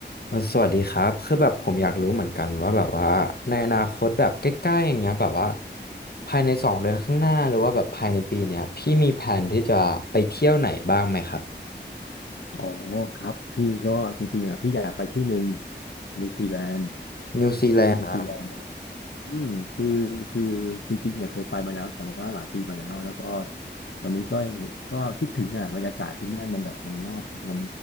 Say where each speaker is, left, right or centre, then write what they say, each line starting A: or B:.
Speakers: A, on the left; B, on the left.
A: เออสวัสดีครับคือแบบผมอยากรู้เหมือนกันว่าแบบว่าในอนาคตแบบใกล้ๆอย่างเงี้ยแบบว่าภายในสองเดือนข้างหน้าหรือว่าแบบภายในปีเนี้ยพี่มีแผนที่จะไปเที่ยวไหนบ้างไหมครับ
B: อ๋อครับพี่ก็จริงๆอ่ะพี่อยากไปที่หนึ่งนิวซีแลนด์
A: นิวซีแลนด์
B: ประเทศนิวซีแลนด์เนาะอืมคือคือจริงๆอ่ะเคยไปมาแล้วแต่ว่าหลายปีมาแล้วแล้วก็ตอนนี้ก็ก็คิดถึงอ่ะบรรยากาศที่นั่นมันแบบมันน่ามัน